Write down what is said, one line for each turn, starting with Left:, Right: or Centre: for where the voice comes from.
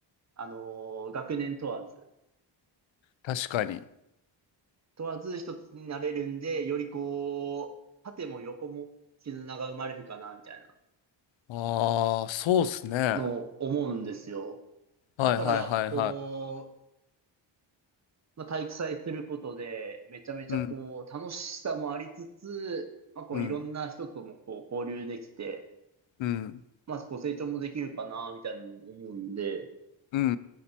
Right: あのー学年問わず、
Left: 確かに
Right: 問わず一つになれるんで、よりこう、縦も横も絆が生まれるかな、みたいな
Left: ああーそうっすねは
Right: のを思うんですよ。
Left: いはいはいはい
Right: だから、こう、まあ、体育祭することで、めちゃめちゃこう、
Left: うん
Right: 楽しさもありつつ、まあ、こう、
Left: うん
Right: いろんな人ともこう、交流できて、
Left: うん
Right: まあ、こう、成長もできるかな、みたいなのも思うんで、
Left: うんうんう